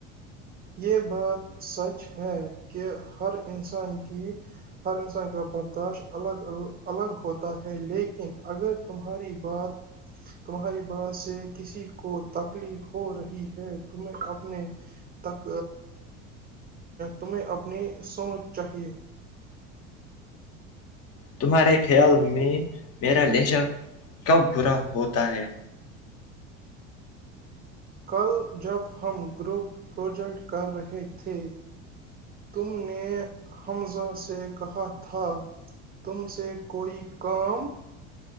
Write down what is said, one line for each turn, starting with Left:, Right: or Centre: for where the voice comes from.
Right: یہ بات سچ ہے کہ ہر انسان کی ہر انسان کا برداشت الگ ال الگ ہوتا ہے لیکن اگر تمہاری بات تمہاری بات سے کسی کو تکلیف ہو رہی ہے تمیں اپنے تک تمہیں اپنی سوچ چاہیے
Left: تمہارے خیال میں میرا لہجہ کب برا ہوتا ہے
Right: کل جب ہم گروپ پروجیکٹ کر رہے تھے تم نے حمزہ سے کہا تھا تم سے کوئی کام